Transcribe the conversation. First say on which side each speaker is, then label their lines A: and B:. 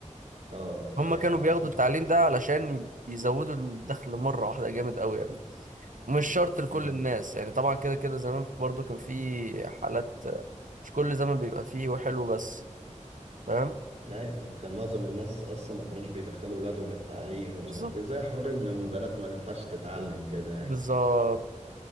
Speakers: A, on the right (about 60°); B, on the right (about 80°).
A: اه
B: هما
A: يعني
B: كانوا
A: هو
B: بياخدوا
A: ده
B: التعليم ده علشان يزودوا الدخل مرة واحدة جامد قوي يعني ومش شرط لكل
A: امم
B: الناس يعني طبعا كده كده زمان برضو كان في حالات مش كل زمان بيبقى فيه وحلو بس فاهم
A: لا يعني كان معظم الناس اصلا ما كانوش بيدخلوا ولادهم التعليم ومش
B: بالظبط
A: عارف ايه زي حوار ان بنات ما ينفعش تتعلم كده يعني
B: بالظبط